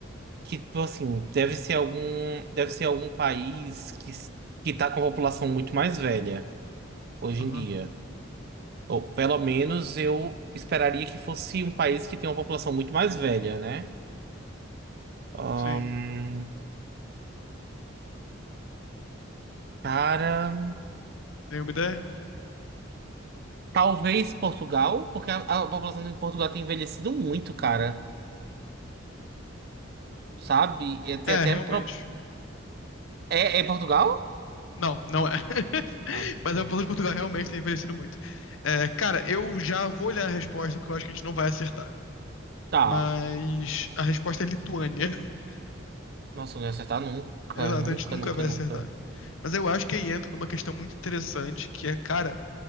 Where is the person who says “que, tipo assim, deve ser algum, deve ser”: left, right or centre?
Right